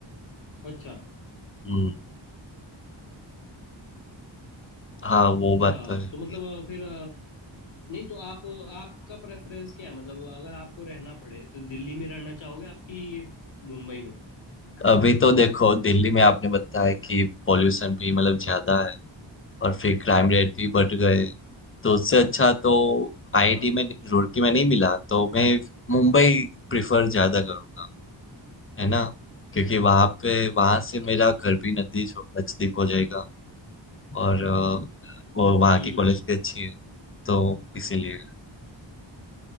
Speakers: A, on the left (about 75°); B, on the left (about 25°).
A: अच्छा
B: हम्म, हाँ वो
A: अच्छा
B: बात तो है
A: तो मतलब
B: ही।
A: फिर अ, नहीं तो आप आपका प्रेफरेंस क्या है मतलब अगर आपको रहना पड़े तो दिल्ली में रहना चाहोगे आपकी मुंबई में
B: अभी तो देखो दिल्ली में आपने बताया कि पॉल्यूशन भी मतलब ज्यादा है और फिर क्राइम रेट भी बढ़ गए तो उससे अच्छा तो आईआईटी
A: हाँ
B: में रुड़की में नहीं मिला तो मैं मुंबई प्रिफर ज्यादा करूँगा है ना क्योंकि वहां पे वहां
A: अच्छा
B: से मेरा घर भी नजदीक हो- नजदीक हो जाएगा और अ, वो वहाँ
A: हम्म
B: की कॉलेज भी अच्छी है तो इसीलिए